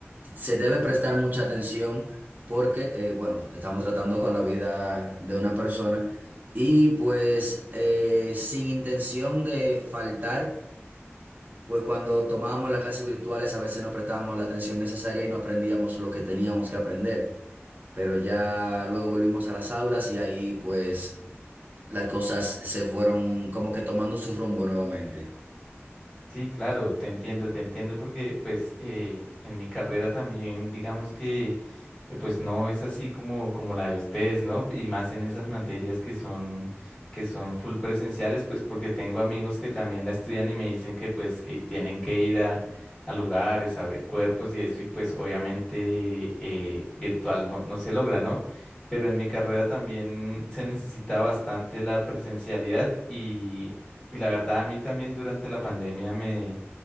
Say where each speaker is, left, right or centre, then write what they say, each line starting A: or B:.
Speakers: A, on the right; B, on the left.
A: se debe prestar mucha atención porque, eh, bueno, estamos tratando con la vida de una persona y pues eh, sin intención de faltar, pues cuando tomábamos las clases virtuales a veces no prestábamos la atención necesaria y no aprendíamos lo que teníamos que aprender, pero ya luego volvimos a las aulas y ahí pues las cosas se fueron como que tomando su rumbo nuevamente.
B: Sí, claro, te entiendo, te entiendo porque pues eh, en mi carrera también digamos que eh, pues no es así como, como la de ustedes, ¿no? Y más en esas materias que son que son full presenciales, pues porque tengo amigos que también la estudian y me dicen que pues eh, tienen que ir a, a lugares, a ver cuerpos y eso y pues obviamente eh, virtual no, no se logra, ¿no? Pero en mi carrera también se necesita bastante la presencialidad y... Y la verdad, a mí también durante la pandemia me,